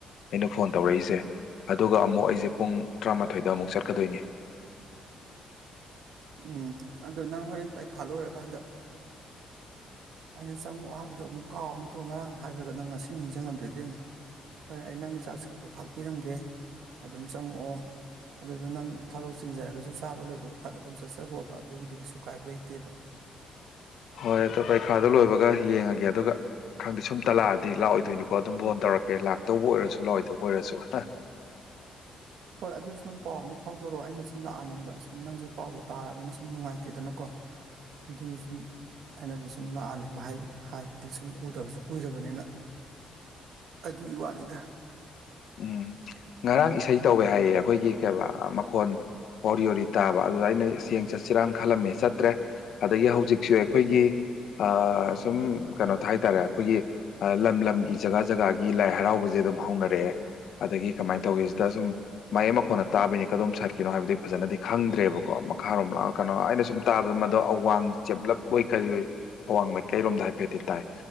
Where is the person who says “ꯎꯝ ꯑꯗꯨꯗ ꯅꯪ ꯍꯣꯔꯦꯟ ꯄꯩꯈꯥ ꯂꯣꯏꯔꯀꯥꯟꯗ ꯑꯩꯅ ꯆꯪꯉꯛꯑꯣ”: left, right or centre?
Right